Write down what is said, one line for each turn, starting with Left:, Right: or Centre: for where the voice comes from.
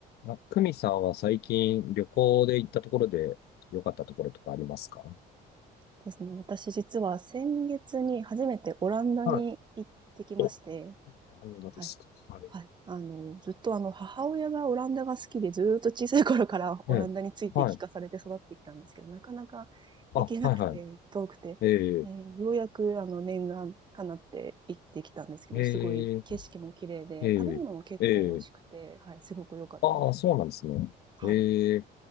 Left: あ、久美さんは最近旅行で行ったところで良かったところとかありますか
Right: そうですね。私実は先月に初めてオランダに行ってきまして、
Left: はい。お、漫画ですか。
Right: はい。
Left: はい。
Right: はい。あの、ずっとあの、母親がオランダが好きで、ずーっと小さい頃からオランダについて聞かされて育ってきたんですけど、
Left: ええ。はい。
Right: なかなか行けなくて、
Left: あ、はいはい。
Right: 遠くて、
Left: ええ、
Right: ね、ようやくあの、念願かなって行ってきたんですけど、
Left: ええ、
Right: すごい景色も綺麗で、
Left: ええ、
Right: 食べ物も結構美味しくて、
Left: ええ。
Right: はい、すごく良かったです。
Left: ああ、そうなんですね。
Right: はい。
Left: ええ。